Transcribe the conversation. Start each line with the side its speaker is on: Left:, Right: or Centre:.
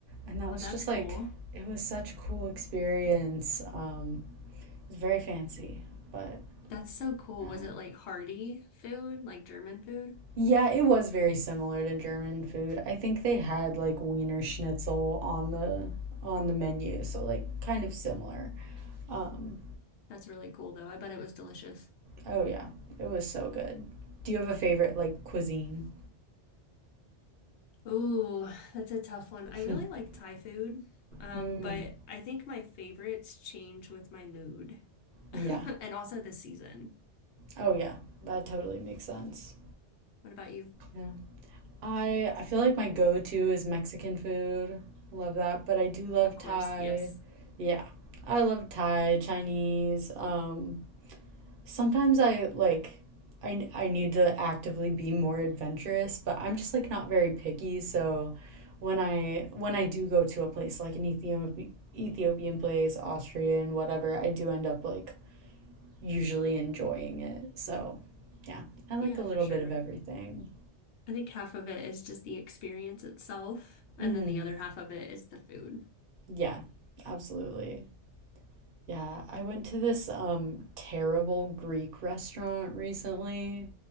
Right: and that
Left: Oh,
Right: was
Left: that's
Right: just
Left: cool.
Right: like, it was such a cool experience. Um, it was very fancy, but
Left: That's so cool.
Right: uh,
Left: Was it like hearty food, like German food?
Right: yeah, it was very similar to German food. I think they had like Wiener Schnitzel on the on the menu, so like kind of similar. Um,
Left: That's really cool, though. I bet it was delicious.
Right: oh yeah, it was so good. Do you have a favorite like cuisine?
Left: Ooh, that's a tough one. I really
Right: <laughs>
Left: like Thai food, um,
Right: Hmm.
Left: but I think my favorites change with my mood <laughs>
Right: yeah.
Left: and also the season.
Right: Oh yeah, that totally makes sense.
Left: What about you?
Right: Yeah. I I feel like my go-to is Mexican food. Love that, but I do love
Left: Of course,
Right: Thai.
Left: yes.
Right: Yeah. I love Thai, Chinese. Um sometimes I like I I need to actively be more adventurous, but I'm just like not very picky, so when I when I do go to a place like an Ethiopian Ethiopian place, Austrian, whatever, I do end up like usually enjoying it. So, yeah, I like
Left: Yeah,
Right: a little
Left: for sure.
Right: bit of everything.
Left: I think half of it is just the experience itself, and
Right: Mhm.
Left: then the other half of it is the food.
Right: Yeah, absolutely. Yeah, I went to this um terrible Greek restaurant recently